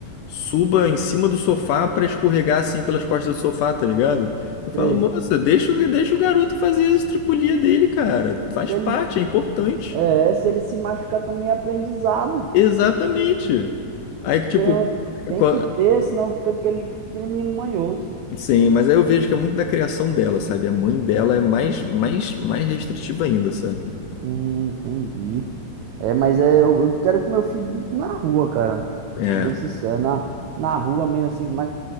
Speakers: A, on the left (about 75°); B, on the right (about 85°).
A: suba em cima do sofá pra escorregar assim pelas costas do sofá, tá ligado? Eu falo,
B: Sei.
A: moça, deixa, o- deixa o garoto fazer as estripulias dele, cara. Faz
B: Se
A: parte,
B: eles,
A: é importante.
B: é, se eles se machucar também é aprendizado.
A: Exatamente. Aí que tipo,
B: Querendo, ou não, tem
A: co-
B: que ter, senão fica aquele, aquele menino manhoso.
A: sim, mas aí eu vejo que é muito da criação dela, sabe? A mãe dela é mais mais mais restritiva ainda, sabe?
B: Hum, entendi. É, mas é, eu, eu quero que meu filho brinque na rua, cara.
A: É,
B: Sendo bem sincero, na, na rua mesmo, assim, mas